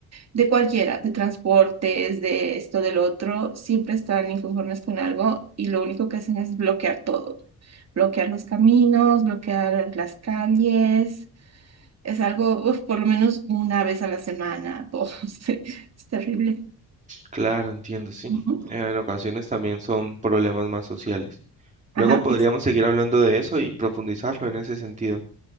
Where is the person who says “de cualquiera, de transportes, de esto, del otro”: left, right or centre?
Right